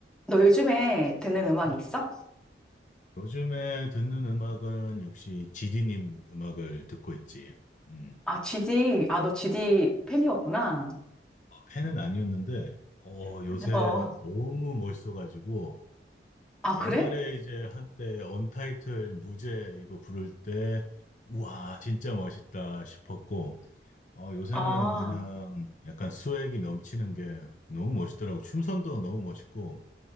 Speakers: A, in the centre; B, on the left.
A: 너 요즘에 듣는 음악
B: 음.
A: 있어?
B: 요즘에 듣는 음악은 역시 지디님 음악을 듣고 있지. 음.
A: 아, GD. 아, 너 GD 팬이었구나.
B: 어, 팬은 아니었는데, 어, 요새
A: 어.
B: 너무 멋있어가지고,
A: 아,
B: 옛날에
A: 그래?
B: 이제 한때 언타이틀 무제 이거 부를 때, 우와, 진짜 멋있다 싶었고, 어, 요새는
A: 아,
B: 그냥 약간 스웩이 넘치는 게 너무 멋있더라고. 춤선도 너무 멋있고,